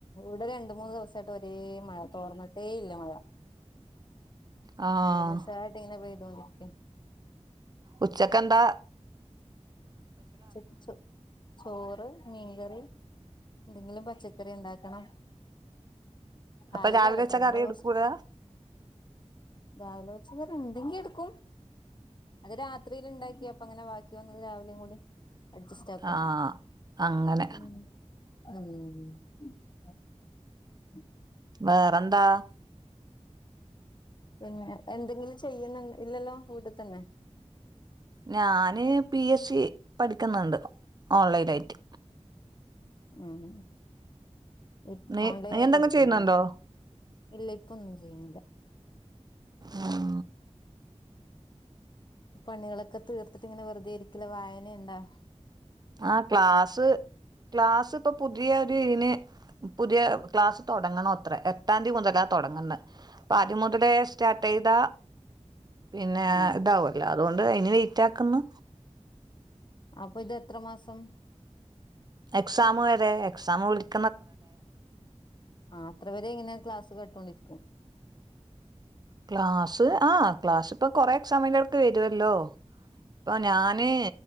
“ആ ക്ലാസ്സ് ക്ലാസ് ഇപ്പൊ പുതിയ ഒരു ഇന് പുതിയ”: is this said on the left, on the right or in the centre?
Right